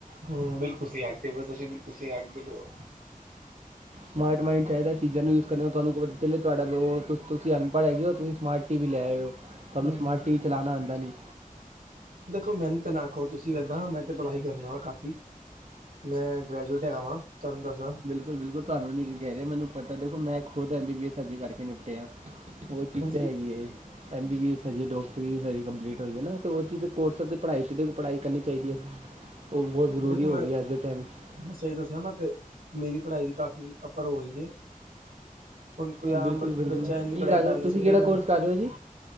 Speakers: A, on the right; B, on the right.
A: ਹੂੰ ਬਿਲਕੁਲ ਸਈ ਆਖਦੇ ਪਏ ਓ ਤੁਸੀਂ ਬਿਲਕੁਲ ਸਈ ਆਖਦੇ ਪਏ ਓ।
B: ਸਮਾਰਟਮਾਈਂਡ ਚਾਈਦਾ ਚੀਜ਼ਾਂ ਨੂੰ ਯੂਜ ਕਰਨ ਤੁਆਨੂੰ ਪਤਾ ਚੱਲੇ ਤੁਆਡਾ ਲੋ ਤੁਸੀਂ ਅਨਪੜ ਐਗੇ ਓ ਤੁਸੀਂ ਸਮਾਰਟ ਟੀ ਵੀ ਲੈ ਆਏਓ ਤੁਆਨੂੰ
A: ਹੂੰ-ਹੂੰ
B: ਸਮਾਰਟ ਟੀ ਵੀ ਚਲਾਨਾ ਆਂਦਾ ਨੀ
A: ਦੇਖੋ ਮੈਨੂੰ ਤਾਂ ਨਾ ਕਓ ਤੁਸੀਂ ਏਦਾਂ ਮੈਂ ਤੇ ਪੜਾਈ ਕਰਨਾ ਵਾ ਕਾਫ਼ੀ ਮੈਂ ਗ੍ਰੈਜੂਏਟ ਹੈਗਾ ਵਾਂ ਤੁਆਨੂੰ ਦੱਸਾਂ।
B: ਬਿਲਕੁਲ-ਬਿਲਕੁਲ ਤੁਆਨੂੰ ਨੀ ਕੈ ਰਿਆ ਮੈਨੂੰ ਪਤਾ ਦੇਖੋ ਮੈਂ ਖੁਦ ਐਮ ਬੀ ਬੀ ਐੱਸ ਅੱਜ ਕਰਕੇ ਨਿਪਟੇਆ। ਓ ਚੀਜ਼
A: ਹਾਂਜੀ
B: ਤੇ ਹੈਗੀ ਏ ਐਮ ਬੀ-ਬੀ ਐੱਸ ਹਜੇ ਡੋਕਟਰੀ ਸਾਡੀ ਕੰਪਲੀਟ ਹੋਈ ਐ ਨਾ ਓ ਚੀਜ਼ ਕੋਰਸ ਪੜਾਈ ਤੇ ਦੇਖੋ ਪੜਾਈ ਕਰਨੀ ਚਾਈਦੀ ਏ ਓ ਬੋਤ ਜ਼ਰੂਰੀ
A: ਦੇਖੋ
B: ਹੋ
A: ਮੈਂ
B: ਗਈ ਅੱਜ ਦੇ ਟੈਮ ਚ
A: ਮੈਂ ਸਈ ਦੱਸਾਂ ਨਾ ਤੇ ਮੇਰੀ ਪੜਾਈ ਵੀ ਕਾਫ਼ੀ ਅੱਪਰ ਹੋ ਗਈ ਐ। ਹੁਨ ਕੋਈ ਆਮ
B: ਬਿਲਕੁਲ
A: ਬੱ-ਬੱਚਾ
B: ਬਿਲਕੁਲ
A: ਇੰਨੀ
B: ਕੀ
A: ਪੜਾਈ ਕਰ
B: ਰਹੇ ਹੋ
A: ਨੀ
B: ਤੁਸੀਂ
A: ਸਕਦਾ
B: ਕਿਹੜਾ
A: ਜਿੰਨੀ
B: ਕੋਰਸ
A: ਕੋ
B: ਕਰ ਰਹੇ ਹੋ ਜੀ